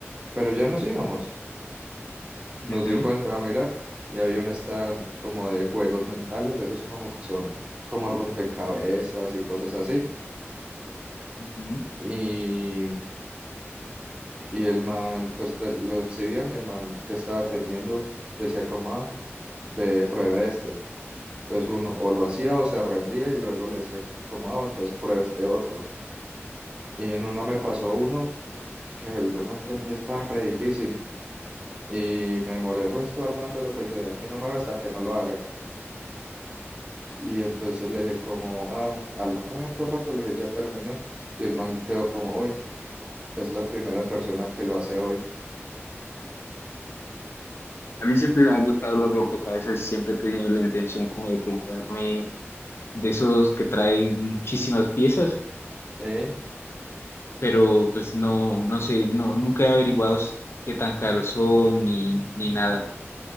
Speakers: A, on the right (about 20°); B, on the left (about 60°).
A: pero ya nos íbamos. Nos
B: Ujú,
A: dio por entrar a mirar y había un stand como de juegos mentales, de esos como que son como rompecabezas y cosas así.
B: ujú.
A: Y, y el man, pues te- lo exhibían y el man que estaba atendiendo decía como, ah, ve, pruebe este. Entonces uno o lo hacía o se rendía y luego le decía como, ah, bueno, entonces pruebe este otro. Y en una me pasó uno que yo no entendía, está re difícil. Y me demoré el resto armándolo, pues yo dije, de aquí no me va hasta que no lo haga. Y entonces le dije como, ah, al rato, rato, le dije, ya terminé. Y el man quedó como, uy, es la primera persona que lo hace hoy.
B: A mí siempre me han gustado los rompecabezas y siempre he tenido la intención como de comprarme de esos que traen muchísimas piezas,
A: Sí.
B: pero pues no, no sé, no, nunca he averiguado s- qué tan caros son ni, ni nada.